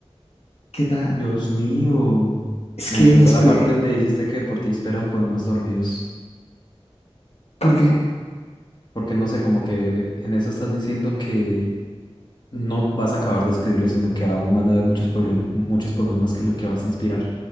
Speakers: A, on the left; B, on the left.
A: ¿Qué tal?
B: Dios mío.
A: Es
B: Me
A: que
B: <laughs> encantó
A: me inspiré,
B: la parte donde dijiste que por ti esperan poemas dormidos.
A: porque,
B: Porque no sé, como que en eso estás diciendo que no vas a acabar de escribirle, sino que aún van a haber muchos problemas, muchos poemas más que, le- que vas a inspirar.